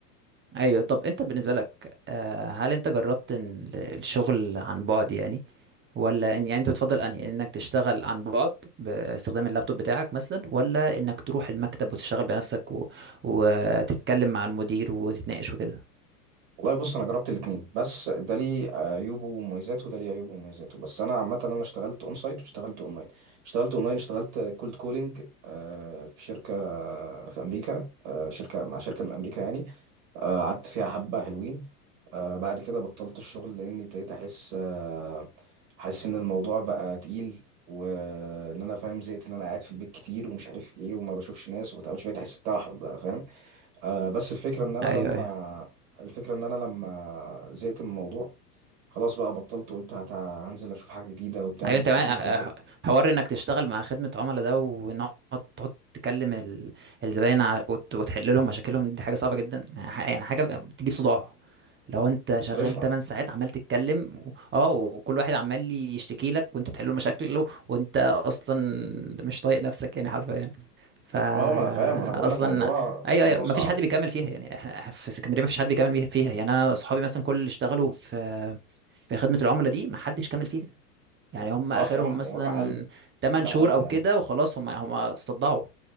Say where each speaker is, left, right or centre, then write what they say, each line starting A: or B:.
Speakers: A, on the right (about 25°); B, on the right (about 55°).
A: ايوه طب انت بالنسبه لك آه، هل انت جربت إن ال- الشغل عن بعد يعني ولا إن يعني انت بتفضل انهي انك تشتغل عن بعد باستخدام اللابتوب بتاعك مثلا ولا انك تروح المكتب وتشتغل بنفسك و... وتتكلم مع المدير وتتناقش وكده
B: والله بص انا جربت الاثنين بس ده ليه عيوبه ومميزاته وده ليه عيوبه ومميزاته بس انا عامه انا اشتغلت اون سايت واشتغلت اونلاين اشتغلت اونلاين اشتغلت كولد كولينج في شركه في امريكا آه، شركه مع شركه من امريكا يعني آه، قعدت فيها حبه حلوين آه، بعد كده بطلت الشغل لاني ابتديت احس آه، احس ان الموضوع بقى تقيل وان انا فاهم زهقت ان انا قاعد في البيت كتير ومش عارف ايه وما بشوفش ناس وما بتعملش بقيت احس بتوحد بقى فاهم آه، بس الفكرة ان انا
A: ايوه
B: لما
A: ايوه
B: الفكرة ان انا لما زهقت من الموضوع خلاص بقى بطلت قلت هت- هنزل اشوف حاجة جديدة وبتاع
A: ايوه انت
B: نز-
A: بقى-
B: دخلت نزلت
A: ح- حوار انك تشتغل مع خدمه عملاء ده وان هو تقعد تكلم ال- الزباين ع- وت- وتحل لهم مشاكلهم دي حاجه صعبه جدا يعني ح- يعني حاجه بتجيب صداع لو انت شغال
B: رخمة
A: 8 ساعات عمال تتكلم و- اه وكل واحد عمال يشتكي لك وانت بتحل له مشاكله وانت اصلا مش طايق نفسك يعني حرفيا فا
B: اه ما انا فاهم ما انا بقول
A: اصلا
B: لك موضوع
A: ايوه
B: موضوع
A: ايوه ما
B: صعب
A: فيش حد بيكمل فيها يعني احنا إحنا في اسكندريه
B: مم.
A: ما فيش حد بيكمل بيه- فيها يعني انا اصحابي مثلا كل اللي اشتغلوا في في خدمه العملاء دي ما حدش كمل فيها يعني هم اخرهم
B: اه يا عم
A: مثلا
B: وجع قلب
A: 8
B: وجع
A: شهور
B: قلب
A: او
B: يا
A: كده
B: عم
A: وخلاص هم هم استضاعوا